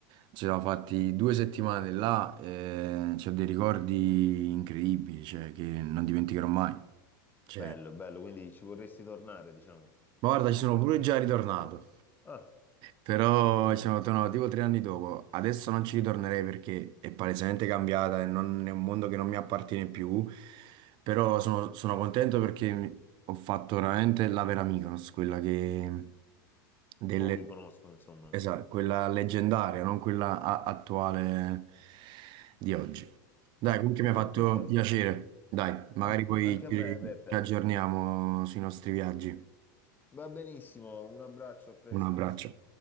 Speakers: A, on the right (about 45°); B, on the left (about 15°).
A: ci siamo fatti due settimane là, e c'ho dei ricordi incredibili, cioè, che non dimenticherò mai. Cioè,
B: Bello, bello, quindi ci vorresti tornare, diciamo.
A: ma guarda, ci sono pure già ritornato.
B: Ah,
A: Però ci sono tornato tipo tre anni dopo. Adesso non ci ritornerei perché è palesemente cambiata e non- è un mondo che non mi appartiene più. Però sono, sono contento perché mi- ho fatto veramente la vera Mykonos, quella che... delle-
B: pochi conoscono, insomma.
A: esatto, quella leggendaria, non quella a- attuale di oggi. Dai,
B: Ah,
A: comunque
B: mi
A: mi ha
B: fa
A: fatto
B: piacere.
A: piacere. Dai, magari
B: An-
A: poi
B: anche
A: ci
B: a me, Beppe.
A: ci aggiorniamo sui nostri viaggi.
B: Va benissimo, un abbraccio, a presto.
A: Un abbraccio.